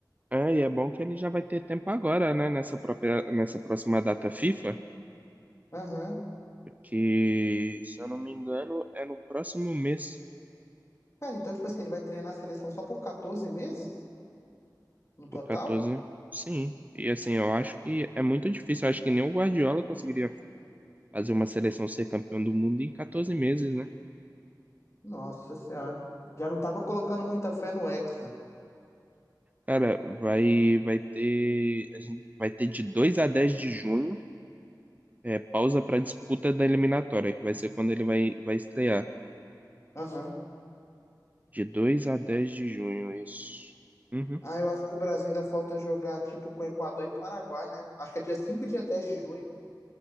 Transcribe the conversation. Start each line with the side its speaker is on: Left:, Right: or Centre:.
Right: É, e é bom que ele já vai ter tempo agora, né? Nessa própria, nessa próxima data FIFA,
Left: Aham.
Right: que, se eu não me engano, é no próximo mês,
Left: Cara, então, tipo assim, ele vai treinar a seleção só por 14 meses no total?
Right: o 14. Sim, e assim, eu acho que é muito difícil. Eu acho que nem o Guardiola conseguiria fazer uma seleção ser campeão do mundo em 14 meses, né?
Left: Nossa Senhora. Já não tava colocando muita fé no Hexa.
Right: Cara, vai, vai ter, a gente vai ter de 2 a 10 de junho, é, pausa para disputa da eliminatória, que vai ser quando ele vai, vai estrear.
Left: Aham.
Right: De 2 a 10 de junho, isso. Uhum.
Left: Ah, eu acho que o Brasil ainda falta jogar, tipo, com Equador e Paraguai, né? Acho que é dia 5 e dia 10 de junho.